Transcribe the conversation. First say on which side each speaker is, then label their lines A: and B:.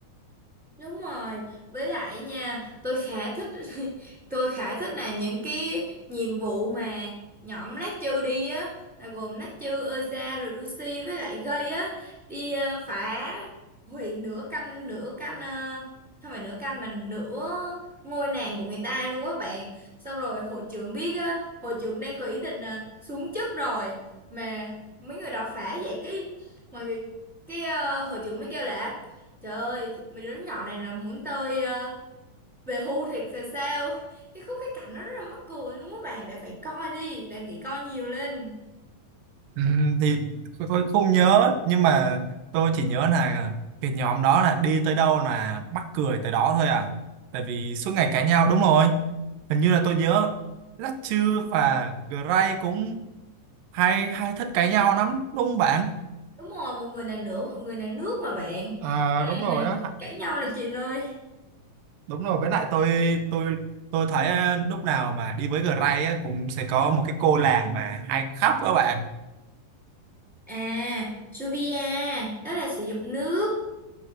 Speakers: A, on the right; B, on the right.
A: Đúng rồi, với lại nha, tôi khá thích <laughs> tôi khá thích là những cái nhiệm vụ mà nhóm lát chư đi á, là gồm lát chư, Eza rồi Lucy với lại Gây á đi ờ, phá hủy nửa canh nửa canh ờ, không phải nửa canh mà nửa ngôi nàng của người ta luôn á bạn. Xong rồi hội trưởng biết á, hội trưởng đang có ý định ờ, xuống chức rồi mà mấy người đó phá vậy cái mọi người cái ờ, hội trưởng mới kêu là Trời ơi, thì- mấy đứa nhỏ này là muốn tôi ờ, về hưu thiệt rồi sao? Cái khúc cái cảnh nó rất là mắc cười luôn á bạn, bạn phải coi đi, bạn phải coi nhiều lên.
B: Ừ, thì tôi không nhớ nhưng mà tôi chỉ nhớ là cái nhóm đó là đi tới đâu là mắc cười tới đó thôi à tại vì suốt ngày cãi nhau đúng rồi hình như là tôi nhớ Latchu và Gray cũng hay hay thích cãi nhau lắm đúng không bạn
A: Đúng rồi, một người là nửa, một người là nước mà bạn.
B: À,
A: Ừ,
B: đúng rồi
A: là
B: á,
A: Cãi nhau là chuyện ơi.
B: đúng rồi với lại tôi tôi tôi thấy ờ, lúc nào mà đi với Gray á cũng sẽ có một cái cô làng mà hay khóc các bạn
A: À, Juvia, đó là sử dụng nước.